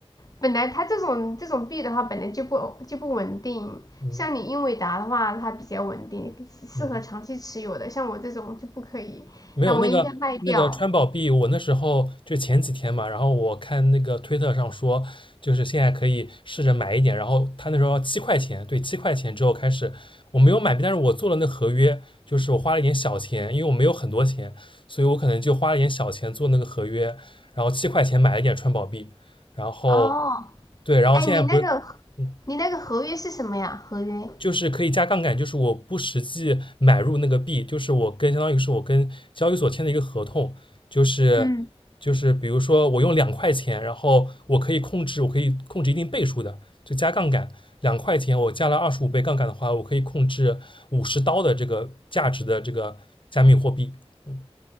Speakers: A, on the left; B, on the left.
A: 本来它这种这种币的话，本来就不就不稳定。
B: 嗯
A: 像你英伟达的话，它比较稳定，适合长期持有的。
B: 嗯。
A: 像我这种就不可以，
B: 没有那个那个川宝币，
A: 那我应该卖掉。
B: 我那时候就前几天嘛，然后我看那个推特上说，就是现在可以试着买一点，然后他那时候要七块钱，对，七块钱之后开始，我没有买币，但是我做了那合约，就是我花了一点小钱，因为我没有很多钱，所以我可能就花了一点小钱做那个合约，然后七块钱买了一点川宝币，然后
A: 哦，
B: 对，然后现在不是。
A: 哎，你那个你那个合约是什么呀？
B: 嗯。
A: 合约？
B: 就是可以加杠杆，就是我不实际买入那个币，就是我跟相当于是我跟交易所签的一个合同，就是就是比如说我用两块钱，
A: 嗯，
B: 然后我可以控制，我可以控制一定倍数的，就加杠杆，两块钱我加了二十五倍杠杆的话，我可以控制五十刀的这个价值的这个加密货币。嗯